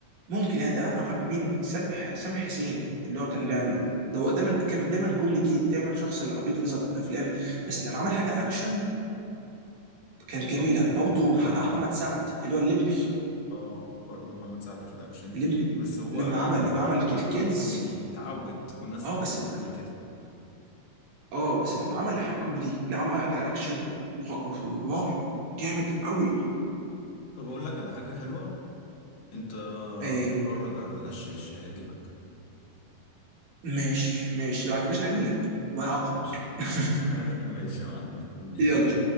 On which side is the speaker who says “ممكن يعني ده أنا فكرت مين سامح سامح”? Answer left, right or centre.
Right